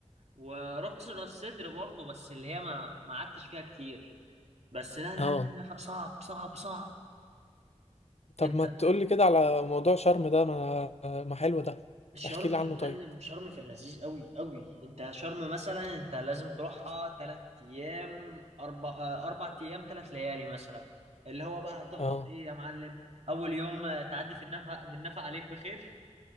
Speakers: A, on the right; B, on the left.
A: ورحت راس سدر برضه بس اللي هي ما ما قعدتش فيها كتير بس لا لا
B: اه
A: لا النفق صعب صعب صعب
B: طب
A: انت
B: ما تقولي كده على موضوع شرم ده ما ما حلو ده
A: شرم
B: احكي لي
A: يا
B: عنه
A: معلم
B: طيب
A: شرم في اللذيذ قوي قوي انت شرم مثلا انت لازم تروحها تلات ايام اربع آه، اربع ايام تلات ليالي مثلا اللي هو بقى هتخبط
B: اه
A: ايه يا معلم اول يوم آه، تعدي في النفق من نفق عليك بخير